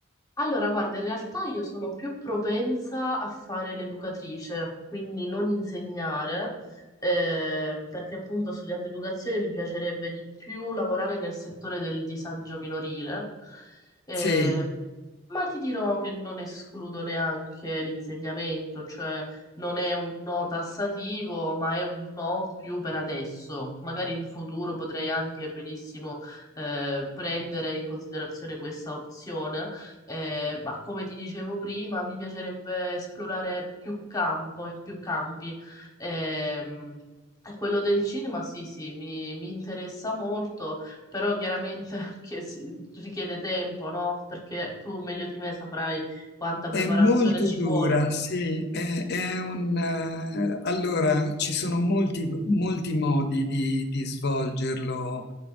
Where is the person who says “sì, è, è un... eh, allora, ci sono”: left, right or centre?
Left